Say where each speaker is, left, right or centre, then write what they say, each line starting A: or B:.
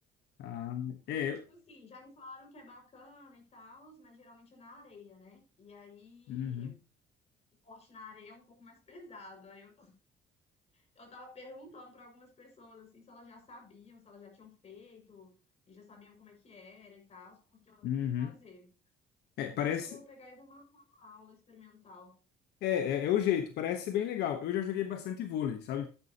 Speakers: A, on the left (about 75°); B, on the left (about 40°).
A: Ah,
B: Porque,
A: é. eu-
B: tipo assim, já me falaram que é bacana e tal, mas geralmente é na areia, né? E aí,
A: Uhum,
B: esporte na areia é um pouco mais pesado. Aí eu tô Eu tava perguntando pra algumas pessoas assim se elas já sabiam, se elas já tinham feito e já sabiam como é que era e tal, porque eu tava
A: uhum.
B: querendo fazer.
A: É,
B: Mas
A: parece.
B: acho que eu vou pegar e vou marcar uma aula experimental.
A: É, é, é o jeito, parece ser bem legal. Eu já joguei bastante vôlei, sabe?